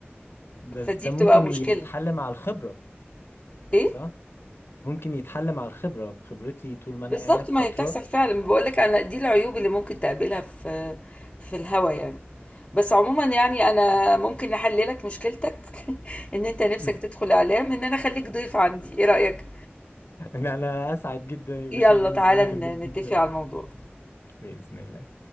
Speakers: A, on the left; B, on the left.
A: بس
B: فدي
A: ده
B: بتبقى
A: ممكن
B: مشكله
A: يتحل مع الخبرة
B: ايه
A: صح ممكن يتحل مع الخبرة خبرتي طول ما انا
B: بالظبط
A: قاعد
B: ما
A: فترة
B: هي بتحصل فعلا
A: بس
B: بقول لك انا دي العيوب اللي ممكن تقابلها في في الهوا يعني بس عموما يعني انا ممكن احل لك مشكلتك <laughs> ان انت نفسك
A: <laughs>
B: تدخل اعلام ان انا اخليك ضيف عندي ايه رأيك
A: ان انا اسعد جدا يبقى
B: يلا
A: شيء بالنسبة
B: تعالى
A: لي
B: ن-
A: جميل
B: نتفق
A: جدا
B: على الموضوع
A: بإذن الله